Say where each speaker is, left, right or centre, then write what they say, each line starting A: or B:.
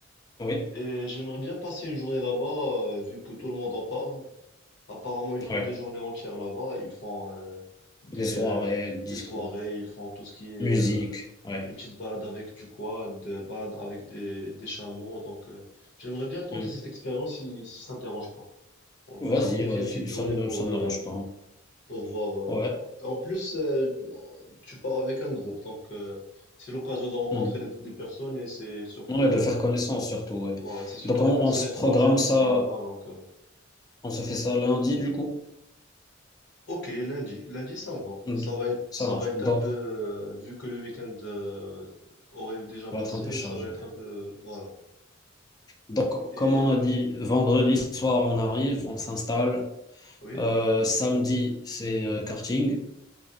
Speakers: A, on the left (about 20°); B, on the left (about 60°).
A: Oui,
B: Et j'aimerais bien passer une journée là-bas, euh, vu que tout le monde en parle. Apparemment, ils font
A: ouais.
B: des journées entières là-bas. Ils font euh, des,
A: Des soirées,
B: euh,
A: discours,
B: des soirées, ils font tout ce qui est
A: musique,
B: euh,
A: ouais.
B: une petite balade avec du quad, euh, balade avec des, des chameaux. Donc, euh, j'aimerais bien tenter
A: Mhm.
B: cette expérience si, si ça ne te dérange pas. On peut
A: Vas-y,
B: sacrifier
A: vas-y,
B: une petite journée
A: ça me,
B: pour,
A: ça me
B: euh,
A: dérange pas.
B: pour voir.
A: Ouais.
B: euh, En plus, euh, tu pars avec un groupe, donc euh, c'est l'occasion de rencontrer
A: Mhm.
B: des, des personnes et c'est surtout,
A: Ouais, de faire
B: euh,
A: connaissance surtout, ouais.
B: ouais, c'est surtout
A: Donc on,
B: des
A: on
B: personnes
A: se
B: étrangères
A: programme ça,
B: qui sont là-bas. Donc, euh,
A: on se fait ça lundi du coup.
B: ok, lundi, lundi, ça me va.
A: Mm.
B: Ça va être,
A: Ça
B: ça
A: marche.
B: va être
A: Donc,
B: un peu, euh, vu que le week-end euh, aurait déjà
A: on
B: passé,
A: va être un peu chargé.
B: ça va être un peu, voilà.
A: Donc,
B: Et
A: comme
B: euh,
A: on a dit, vendredi soir, on arrive, on s'installe.
B: oui,
A: Euh, samedi, c'est euh, karting.